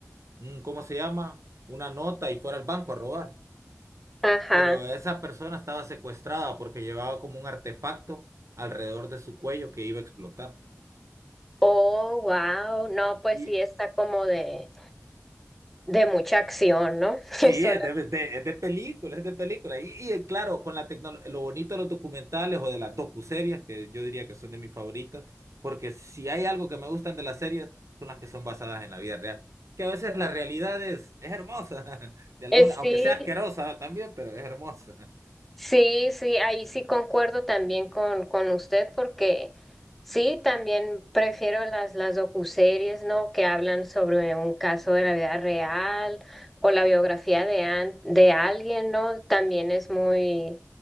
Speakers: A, on the right; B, in the centre.
A: un, ¿cómo se llama? Una nota y fuera al banco a robar
B: Ajá.
A: pero esa persona estaba secuestrada porque llevaba como un artefacto alrededor de su cuello que iba a explotar.
B: Oh, wow. No, pues
A: Y
B: sí está como de, de mucha acción, ¿no? <laughs>
A: sí,
B: Que Suena,
A: es de, de- es de película, es de película. Y, y, eh, claro, con la tecnología, lo bonito de los documentales o de las docuseries, que yo diría que son de mis favoritas, porque si hay algo que me gustan de las series, son las que son basadas en la vida real. Que a veces la realidad es, es hermosa, <laughs> de alguna,
B: eh,
A: aunque
B: sí,
A: sea asquerosa también, pero es hermosa.
B: Sí, sí, ahí sí concuerdo también con, con usted porque sí, también prefiero las, las docuseries, ¿no? Que hablan sobre un caso de la vida real o la biografía de, an- de alguien, ¿no? También es muy...